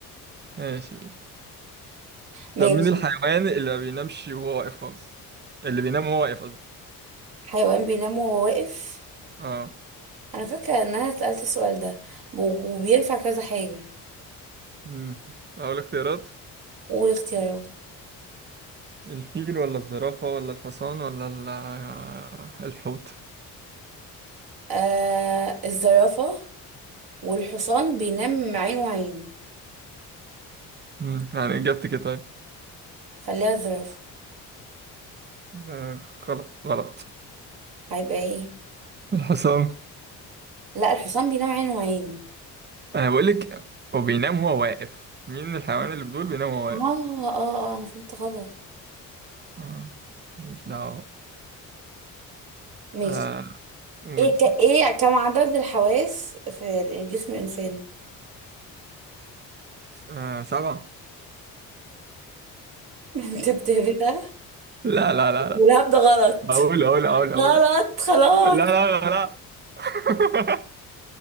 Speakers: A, on the right; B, on the right.
A: ماشي
B: ماشي
A: طب مين الحيوان اللي ما بينامش وهو واقف خالص اللي بينام وهو واقف قصدي
B: حيوان بينام وهو واقف
A: اه
B: انا فاكرة ان انا سألت السؤال ده و- وبينفع كذا حاجة
A: امم اقول اختيارات
B: قول اختيارات
A: الفيل ولا الزرافة ولا الحصان ولا ال- آه، الحوت
B: آه الزرافة والحصان بينام عين وعين
A: امم يعني اجابتك إيه طيب
B: خليها الزرافة
A: آه، غلط غلط
B: هيبقى ايه
A: الحصان
B: لا الحصان بينام عين وعين
A: انا بقول لك هو بينام وهو واقف مين الحيوان اللي بدول بينام وهو واقف
B: اه اه اه انا فهمت غلط
A: آه. مش دعوة
B: ماشي
A: آه. قولي
B: ايه ك...
A: طب
B: ايه كم عدد الحواس في جسم الانسان
A: آه. سبعة
B: <laughs> انت بتهبدها
A: لا لا لا لا
B: والهبد ده غلط
A: اقول اقول اقول اقول
B: غلط خلاص
A: لا لا لا لا <laughs>